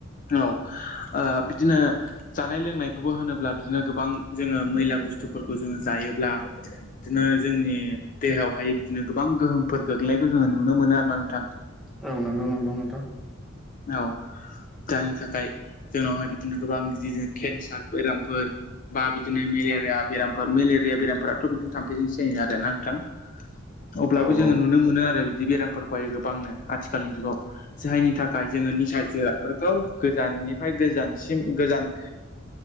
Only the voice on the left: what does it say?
औ आ बिदिनो जानाय लोंनायखौबो होनोब्ला बिदिनो गोबां जोङो मैला बुस्थुफोरखौ जोङो जायोब्ला बिदिनो जोंनि देहायावहाय बिदिनो गोबां गोहोमफोर गोग्लैनायखौ जोङो नुनो मोनो आरो ना नोंथां।
औ जायनि थाखाय जोंनावहाय बिदिनो गोबां गिदिर केन्स सार बेरामफोर बा बिदिनो मेलेरिया बेरामफोर मेले रिया बेरामफोराथ' बिदिनो थामफैजोंसो जायो आरो ना नोंथां। अब्लाबो
जोङो
नुनो मोनो आरो बिदि बेरामफोरखौहाय गोबांनो आथिखालनि जुगाव। जायनि थाखाय जोङो निसा जिरादफोरखौ गोजाननिफ्राय गोजानसिम गोजान